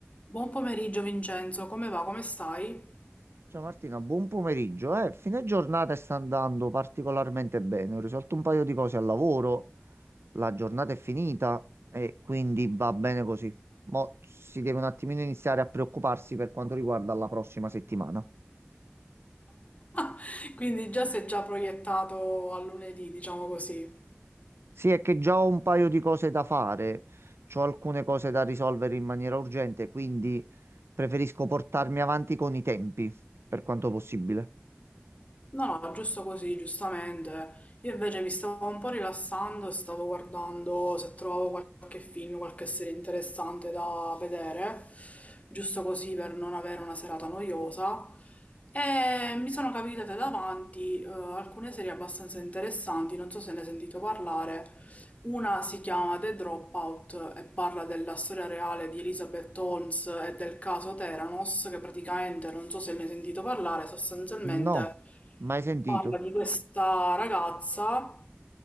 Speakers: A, on the left (about 35°); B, on the right (about 70°).
A: Buon pomeriggio Vincenzo, come va? Come stai?
B: Ciao Martina, buon pomeriggio. Eh, fine giornata sta andando particolarmente bene. Ho risolto un paio di cose al lavoro, la giornata è finita e quindi va bene così. Mo' si deve un attimino iniziare a preoccuparsi per quanto riguarda la prossima settimana.
A: <laughs> Quindi già sei già proiettato a lunedì, diciamo così.
B: Sì, è che già ho un paio di cose da fare, ho alcune cose da risolvere in maniera urgente, quindi preferisco portarmi avanti con i tempi, per quanto possibile.
A: No, no, giusto così, giustamente. Io invece mi stavo un po' rilassando e stavo guardando se trovavo qualche film, qualche serie interessante da vedere, giusto così per non avere una serata noiosa. E mi sono capitate davanti eh, alcune serie abbastanza interessanti, non so se ne hai sentito parlare. Una si chiama The Dropout e parla della storia reale di Elizabeth Holmes e del caso Theranos, che praticamente, non so se ne hai sentito parlare, sostanzialmente
B: No, mai sentito.
A: parla di questa ragazza